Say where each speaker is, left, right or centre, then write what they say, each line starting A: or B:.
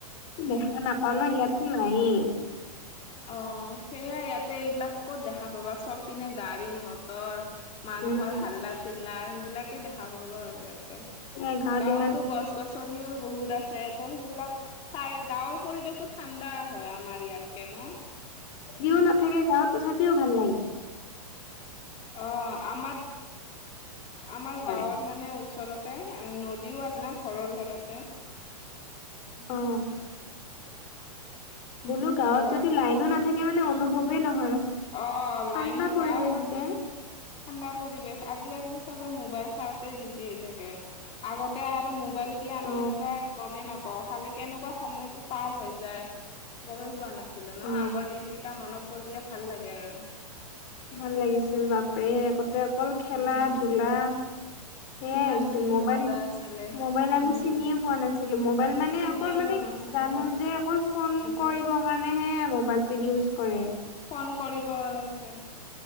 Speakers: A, on the left; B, on the left.
A: দেখা নাপাও ন ইয়াতো নায়েই।
B: অ সেইয়াই ইয়াতে এইবিলাক ক'ত দেখা পাবা চব পিনে গাড়ী - মটৰ। মানুহৰ
A: উম
B: হাল্লা- চিল্লা সেইবিলাকে দেখা পাব আৰু ইয়াতে,
A: এ গাঁৱত
B: গাঁৱতো
A: ইমান
B: গছ গছ চনীও বহুত আছে ত' সেইবিলাক চাই গাঁৱৰ পৰিৱেশতটো ঠাণ্ডা হয় আমাৰ ইয়াতকে ন,
A: যদিও নাথাকে গাঁৱত তথাপিও ভাল লাগে।
B: অ আমাৰ, আমাৰ
A: হয়
B: গাঁৱত মানে ওচৰতে নদীও আছে না ঘৰৰ ওচৰতে?
A: অ। বোলো গাঁৱত
B: হেল্ল'
A: যদি লাইনো নাথাকে মানে অনুভৱেই নহয়?
B: অ
A: ঠাণ্ডা
B: লাইন থকা
A: পৰিৱেশ
B: আৰু তাতে।
A: যে
B: ঠাণ্ডা পৰিৱেশ আজিকালিতো ছবে মোবাইল চাওঁতে বিজি হৈ থাকে। আগতে আৰু মোবাইল কি আমি
A: অ
B: এনেকুৱা গমেই নাপাওঁ খালি কেনেকুৱা সময়টো পাৰ হৈ যায়। গমেই পোৱা নাছিলো
A: অ
B: ন আগৰ দিন কেইটা মনত পৰিলে ভাল লাগে আৰু
A: ভাল লাগিছিল বাপৰেহ আগতে অকল খেলা
B: উম
A: ধুলা, সেইয়াই
B: কিমান
A: আচিল
B: কি
A: মোবাইল
B: মজা আছিলে
A: মোবাইল আমি
B: উম
A: চিনিয়ে পোৱা নাছিলো মোবাইল মানে
B: চিনিয়ে
A: অকল মানে।
B: পোৱা নাছিলো
A: জানো
B: হয়
A: যে অকল ফোন
B: এতিয়া
A: কৰিব কাৰণে হে মোবাইলটো ইউজ কৰে।
B: ফোন কৰিব আছে